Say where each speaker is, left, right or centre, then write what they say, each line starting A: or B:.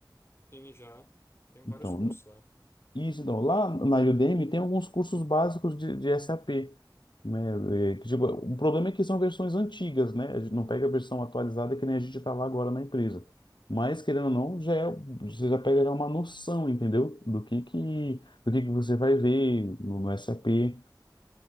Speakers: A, on the left (about 30°); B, on the left (about 75°).
A: E já tem
B: Então,
A: vários cursos lá.
B: Isso, então, lá na Udemy tem alguns cursos básicos de, de SAP, né? É, que, tipo, o problema é que são versões antigas, né? A gente não pega a versão atualizada que nem a gente está lá agora na empresa. Mas, querendo ou não, já é, você já pega já é uma noção, entendeu? Do que que, do que que você vai ver no, no SAP,